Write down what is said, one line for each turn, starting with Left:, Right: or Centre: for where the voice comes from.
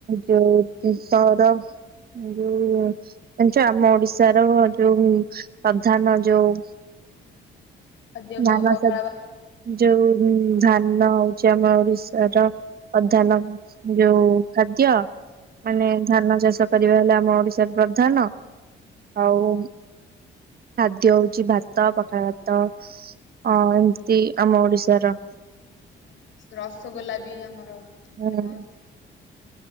Right: ଯୋଉ ତୋର ଯୋଉ ଜଣିଛୁ ଆମ ଓଡିଶାର ଯୋଉ ପ୍ରଧାନ ଯୋଉ
Left: ଖାଦ୍ୟ କଣ
Right: ଧାନ
Left: ପଖାଳ ବା
Right: ଯୋଉ ଧାନ ହଉଛି ଆମ ଓଡ଼ିଶାର ପ୍ରଧାନ ଯୋଉ ଖାଦ୍ୟ ମାନେ ଧାନ ଚାଷ କରିବା ହେଲେ, ଆମ ଓଡ଼ିଶାର ପ୍ରଧାନ ଆଉ ଖାଦ୍ୟ ହଉଛିି ଭାତ ପଖାଳ ଭାତ ହଁ ଏମିତି ଆମ ଓଡିଶାର।
Left: ରସଗୋଲା ବି ଆମର ଫେମସ
Right: ହୁଁ